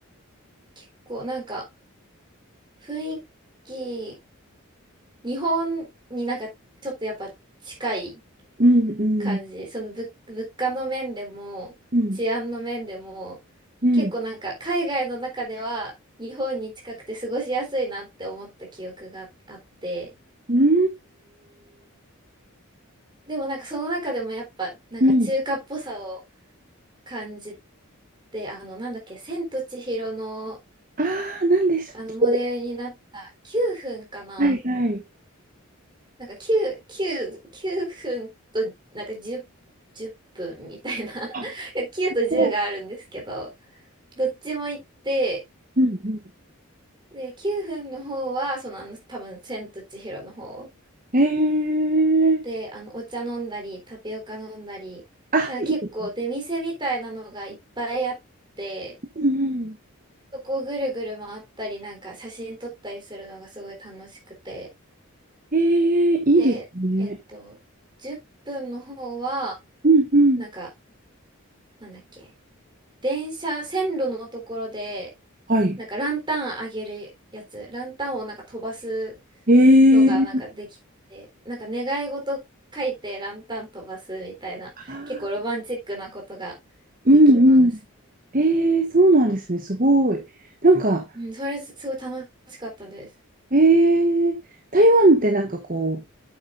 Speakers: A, on the right (about 20°); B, on the right (about 40°).
A: 結構なんか雰囲気日本になんかちょっとやっぱ近い
B: うんうん
A: 感じその物、物価の面でも治安の面でも
B: うんうん
A: 結構なんか海外の中では日本に近くて過ごしやすいなって思った記憶があって。
B: うーん
A: でもなんかその中でもやっぱなんか中華っぽさを
B: うん
A: 感じて、あのなんだっけ、千と千尋の
B: ああー、なんでしたっけ
A: あのモデルになった9分かな。
B: はいはい。
A: なんか9、9、9分となんか10、分みたいな <laughs>。
B: あ、
A: 9と10があるんですけど、
B: そ
A: どっちも行って、
B: う。うんう
A: で、9分の方はそのあの多分千と千尋の方。
B: んえー、
A: で、あの、お茶飲んだり、タピオカ飲んだり、
B: あ、
A: なんか結構出店みたいなのがいっぱいあって、
B: いい。うんうん。
A: そこをぐるぐる回ったり、なんか写真撮ったりするのがすごい楽しくて。
B: えー、いいですね。
A: で、えっと、10分の方は、
B: うんうん。
A: なんか、なんだっけ、電車、線路のところで、
B: はい。
A: なんかランタンあげるやつ、ランタンをなんか飛ばす
B: えー、
A: のがなんかできて、なんか願い事書いてランタン飛ばすみたいな、
B: あー
A: 結構ロマンチックなことが
B: うんうん。
A: できます。
B: えー、そうなんですね。すごい。なんか、
A: うん、それすすごい楽しかったです。
B: ええ台湾ってなんかこう、